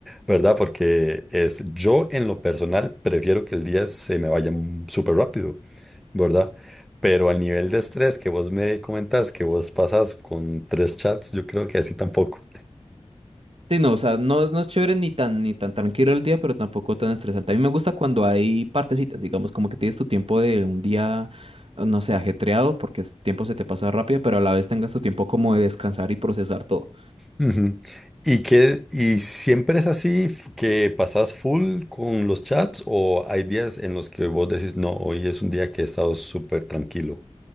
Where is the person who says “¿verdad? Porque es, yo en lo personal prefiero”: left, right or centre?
Centre